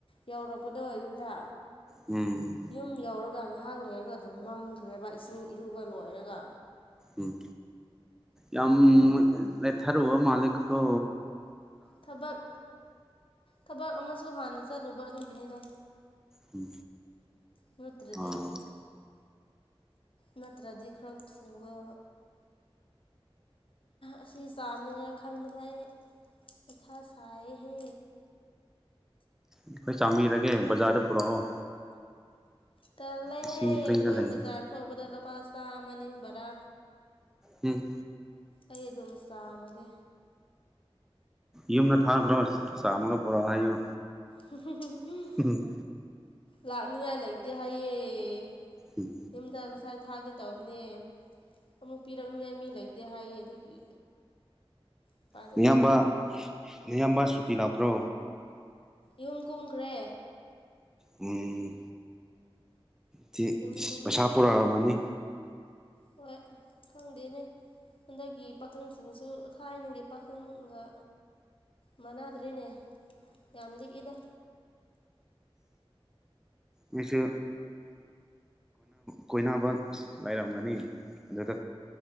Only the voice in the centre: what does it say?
ꯎꯝ
ꯎꯝ ꯌꯥꯝ ꯂꯩꯦꯊꯔ ꯃꯥꯂꯛ ꯀ
ꯎꯝ
ꯑꯥ
ꯑꯩꯈꯣꯏ ꯆꯥꯃꯤꯔꯒꯦ ꯕꯖꯥꯔꯗ ꯄꯨꯔꯛꯑꯣ
ꯏꯁꯤꯡ ꯐ꯭ꯔꯤꯗ ꯂꯩꯌꯦ
ꯎꯝ
ꯌꯨꯝꯗ ꯊꯥꯈ꯭ꯔꯣ ꯆꯥꯝꯃꯒ ꯄꯨꯔꯛꯑꯣ ꯍꯥꯏꯌꯨ
ꯎꯝ
ꯎꯝ
ꯎ
ꯑꯌꯥꯝꯕ ꯑꯌꯥꯝꯕ ꯁꯨꯇꯤ ꯂꯥꯛꯄ꯭ꯔꯣ
ꯎ ꯗꯤ
ꯄꯩꯁꯥ ꯄꯨꯔꯛꯑꯃꯅꯤ
ꯃꯤꯆꯨ ꯀꯣꯏꯅꯕ ꯂꯩꯔꯝꯒꯅꯤ ꯑꯗꯨꯗ